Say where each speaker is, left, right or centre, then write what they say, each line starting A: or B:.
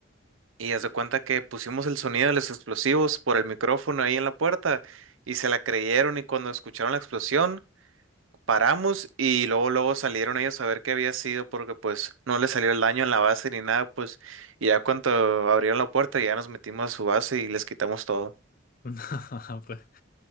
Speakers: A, on the right (about 85°); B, on the left (about 45°).
A: Y haz de cuenta que pusimos el sonido de los explosivos por el micrófono ahí en la puerta y se la creyeron y cuando escucharon la explosión. Paramos y luego, luego salieron ellos a ver qué había sido porque pues no les salió el daño en la base ni nada, pues y ya cuando abrieron la puerta ya nos metimos a su base y les quitamos todo.
B: <laughs> No, pues,